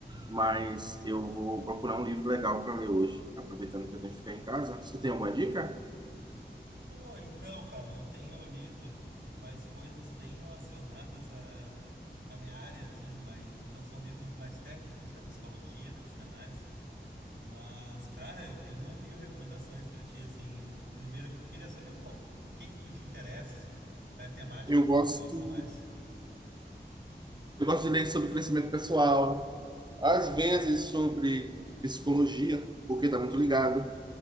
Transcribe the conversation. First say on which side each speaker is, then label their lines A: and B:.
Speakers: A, on the right; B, on the right.
A: Mas eu vou procurar um livro legal para ler hoje, aproveitando que eu tenho que ficar em casa. Você tem alguma dica?
B: Pô, então, Fábio, eu tenho lido mais coisas bem relacionadas à à minha área, assim, mas então são livros mais técnicos da psicologia, da psicanálise. Mas, cara, eu tenho mil recomendações pra ti, assim. Eu Primeiro, eu queria saber um pouco o que que tu te interessa, assim, qual é a temática
A: Eu
B: que
A: gosto,
B: tu gosta mais.
A: eu gosto de ler sobre crescimento pessoal, às vezes sobre psicologia, porque está muito ligado.